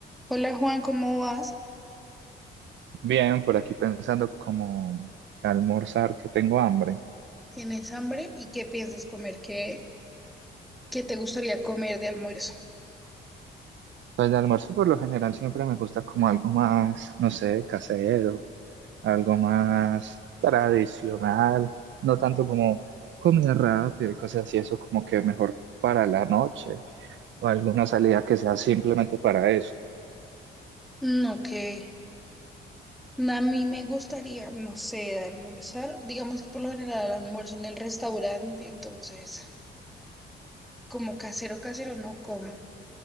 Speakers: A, in the centre; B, on the right (about 70°).
A: Hola Juan, ¿cómo vas?
B: Bien, por aquí pensando como que almorzar, que tengo hambre.
A: ¿Tienes hambre? ¿Y qué piensas comer? ¿Qué, qué te gustaría comer de almuerzo?
B: Pues de almuerzo por lo general siempre me gusta como algo más, no sé, casero, algo más tradicional, no tanto como comida rápida y cosas así, eso como que mejor para la noche o alguna salida que sea simplemente para eso.
A: No, que a mí me gustaría, no sé, almorzar. Digamos que por lo general almuerzo en el restaurante, entonces como casero, casero no como.